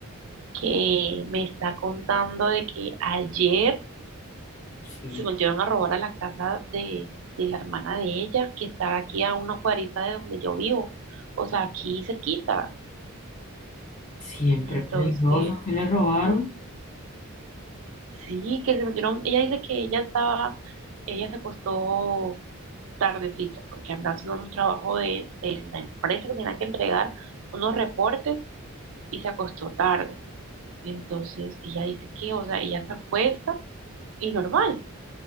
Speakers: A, on the right; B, on the left.
A: que me está contando de que ayer
B: Sí,
A: se volvieron a robar a la casa de, de la hermana de ella, que está aquí a una cuadrita de donde yo vivo, o sea, aquí cerquita.
B: siempre
A: Entonces,
B: peligroso que le robaron.
A: Sí, que se metieron, ella dice que ella estaba, ella se acostó tardecito porque andaba haciendo un trabajo de, de la empresa que tenía que entregar unos reportes y se acostó tarde. Entonces, ella dice que, o sea, ella se acuesta y normal.